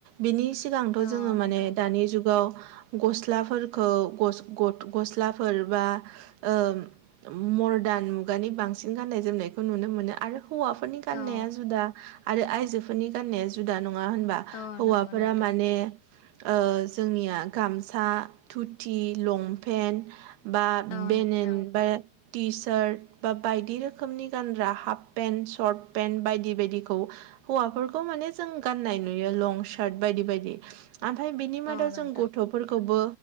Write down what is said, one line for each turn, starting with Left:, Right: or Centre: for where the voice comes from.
Right: बिनि सिगांथ'
Left: औ
Right: जोंङो
Left: नोंथां
Right: माने दानि जुगाव गस्लाफोरखौ <unintelligible> गस्लाफोर बा ओ मरदान मुगानि बांसिन गाननाय जोमनायखौ नुनो मोनो आरो हौवाफोरनि गाननाया
Left: औ
Right: जुदा आरो आइजोफोरनि गान्नाया जुदा नङा होनबा?
Left: औ
Right: हौवाफोरा
Left: नंगौ नोंथां
Right: माने ओ जोंनिया गामसा धुथि लंपेन्ट बा
Left: औ
Right: बेनेन
Left: नोंथां
Right: बा टि सार्ट बा बायदि रोखोमनि गानग्रा हाफ पेन्ट सशर्ट पेन्ट बायदि बायदिखौ हौवाफोरखौ माने जों गान्नाय नुयो लं सार्ट बायदि बायदि ओमफ्राय बिनि मादाव
Left: औ नोंथां
Right: जों गथ' फोरखौबो